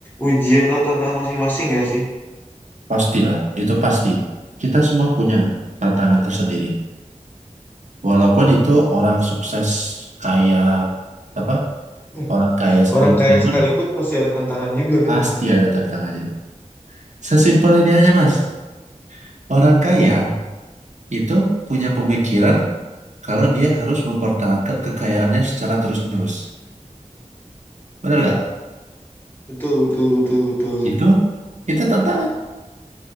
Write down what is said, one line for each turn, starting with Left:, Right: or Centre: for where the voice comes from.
Left: ujian atau tantangan masing-masing nggak sih?
Right: Pastilah, itu pasti. Kita semua punya tantangan tersendiri. Walaupun itu orang sukses kaya apa
Left: <laughs>
Right: orang kaya
Left: Hmm.
Right: sebelumnya
Left: Orang kaya
Right: pun
Left: sekalipun pasti ada tantangan juga kan
Right: pasti
Left: ya?
Right: ada tantangannya. Sesimpel ini aja Mas. Orang kaya itu punya pemikiran kalau dia harus mempertahankan kekayaannya secara terus-menerus. Benar nggak?
Left: Betul, betul, betul, betul.
Right: Itu itu tantangan.